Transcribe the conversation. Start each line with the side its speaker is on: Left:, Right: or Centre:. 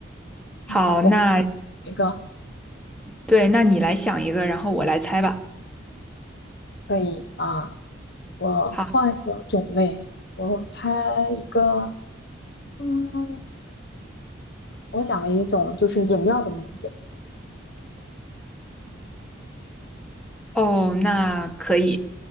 Centre: 好，
Left: 嗯，我
Centre: 那
Left: 一个
Centre: 对，那你来想一个，然后我来猜吧。
Left: 可以啊，我换一个种类，
Centre: 好，
Left: 我猜一个，嗯，我想了一种就是饮料的名字。
Centre: 哦，那可以。